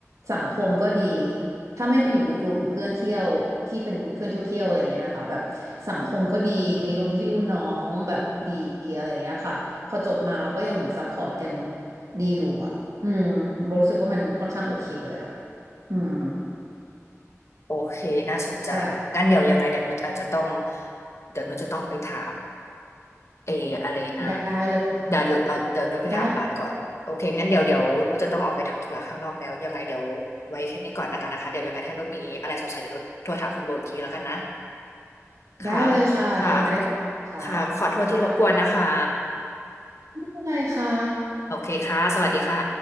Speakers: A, on the right (about 80°); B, on the left (about 60°).
A: สังคมก็ดีถ้าไม่ไปอยู่ในกลุ่มเพื่อนเที่ยวที่เป็นเพื่อนเที่ยวเที่ยวอะไรเงี้ยนะคะแบบสังคมก็ดีมีรุ่นพี่รุ่นน้องแบบดีอะไรเงี้ยค่ะพอจบมาเราก็ยังเหมือนซัพพอร์ตกันดีอยู่อะอืมโบรู้สึกว่ามันค่อนข้างโอเคเลยอะอืม
B: โอเคน่าสนใจงั้นเดี๋ยวยังไงเดี๋ยวนุชอาจจะต้อง
A: ใช่
B: เดี๋ยวนุชจะต้องไปถามเอออะไรนะ
A: ได้เลยค่ะ
B: เดี๋ยวเราเดี๋ยวนุชไปถามร้านก่อนโอเคงั้นเดี๋ยวเดี๋ยวนุชจะต้องออกไปทำธุระข้างนอกแล้วยังไงเดี๋ยวไว้แค่นี้ก่อนนะกันนะคะเดี๋ยวยังไงถ้านุชมีอะไรสงสัยเดี๋ยวนุชโทรถามคุณโบอีกทีแล้วกันนะ
A: ได้
B: ค่ะ
A: ได้เลยค่ะโทรมาได้ตลอดนะคะ
B: ค่ะค่ะขอโทษที่รบกวนนะคะ
A: ค่ะไม่เป็นไรค่ะ
B: โอเคค่ะ สวัสดีค่ะ